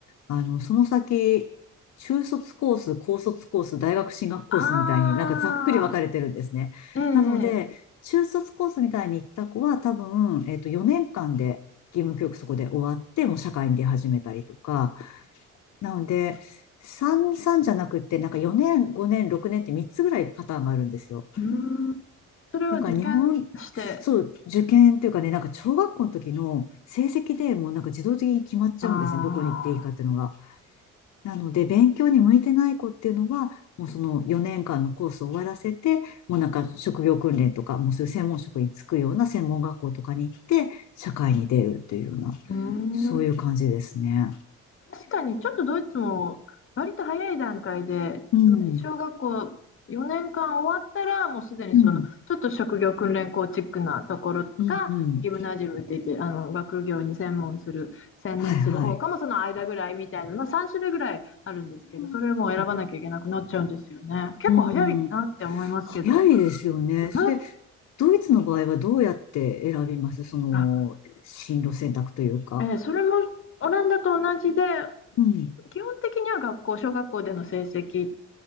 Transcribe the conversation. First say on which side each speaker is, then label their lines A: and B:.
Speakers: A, on the left; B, on the left.
A: あの、その先、中卒コース、高卒コース、大学進学コースみたいになんかざっくり分かれてるんですね。
B: あ、ああ、ええ、ええ
A: なので、中卒コースみたいに行った子は多分、えっと、4年間で義務教育そこで終わって、もう社会に出始めたりとか。なので、3、3じゃなくって、なんか4年、5年、6年って3つぐらいパターンがあるんですよ。
B: うーん、それは受験して、
A: だから日本、そう、受験というかね、なんか小学校の時の成績でもうなんか自動的に決まっちゃうんですね。
B: ああ、
A: どこに行っていいかっていうのが。なので、勉強に向いてない子っていうのは、もうその4年間のコースを終わらせて、もうなんか職業訓練とか、もうそういう専門職に就くような専門学校とかに行って、社会に出るというような、
B: うーん。
A: そういう感じですね。
B: 確かに、ちょっとドイツも割と早い段階で、
A: うん、
B: つまり小学校4年間終わったら、もうすでにそのちょっと職業訓練校チックなところが、
A: うん、うん、うん。
B: ギムナジウムって言って、あの学業に専門する、専念する方かも、
A: はい、はい。
B: その間ぐらいみたいな、まあ、3種類ぐらいあるんですけど、
A: う
B: それも選ばなきゃいけなくなっちゃうんですよね。結構早いなって思いますけど。
A: ん、うん早いですよね。
B: うん、
A: それ、ドイツの場合はどうやって選びますその、
B: あ、
A: 進路選択というか。
B: えーそれもオランダと同じで、
A: うん、
B: 基本的には学校、小学校での成績